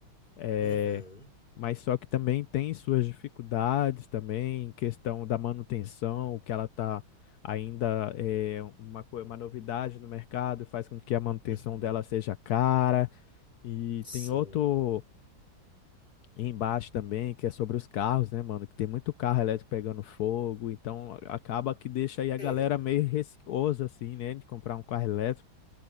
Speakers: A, on the left; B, on the left.
A: Eh,
B: Uhum,
A: mas só que também tem suas dificuldades também, questão da manutenção, que ela está ainda é uma, co- uma novidade no mercado, faz com que a manutenção
B: uhum,
A: dela seja cara. E
B: sim.
A: tem outro embaixo também, que é sobre os carros, né, mano? Que tem muito carro elétrico pegando fogo, então a- acaba que deixa aí a galera
B: É,
A: meio receosa, assim, né, de comprar um carro elétrico.